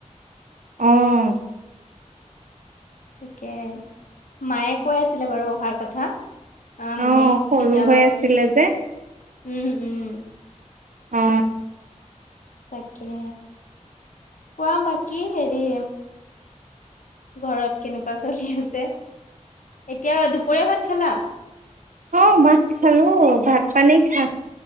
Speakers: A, on the right; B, on the left.
A: অ
B: তাকে মায়ে কৈ আছিলে বাৰু অহাৰ কথা। আহ মানে
A: অ সৰু
B: কেতিয়াবা
A: হৈ আছিলে যে
B: উম উম
A: অ
B: তাকে কোৱা বাকী হেৰি ঘৰত কেনেকুৱা চলি আছে এতিয়া দুপৰীয়া ভাত, খালা
A: অ ভাত, খালো ভাত পানী খা